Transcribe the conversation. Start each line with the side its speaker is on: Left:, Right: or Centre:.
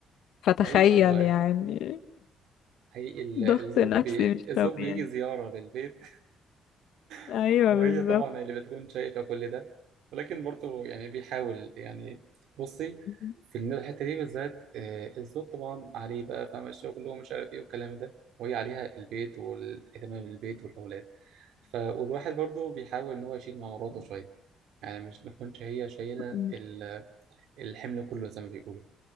Left: فتخيل
Right: حقيقي والله
Left: يعني
Right: حقيقي ال-
Left: ضغط
Right: الزوج
Left: نفسي
Right: بي...
Left: مش
Right: الزوج
Left: طبيعي
Right: بيجي زيارة للبيت
Left: ايوه
Right: <laughs> وهي
Left: بالظبط
Right: طبعا اللي بتكون شايفة كل ده ولكن برضه يعني بيحاول يعني بصي
Left: أمم.
Right: في الحتة دي بالذات آه، الزوج طبعا عليه بقى فاهم الشغل ومش عارف ايه والكلام ده وهي عليها البيت والاهتمام بالبيت والأولاد ف... والواحد برضه بيحاول إن هو يشيل مع مراته شوية يعني مش ما تكونش هي شايلة
Left: أمم.
Right: ال- الحمل كله زي ما بيقولوا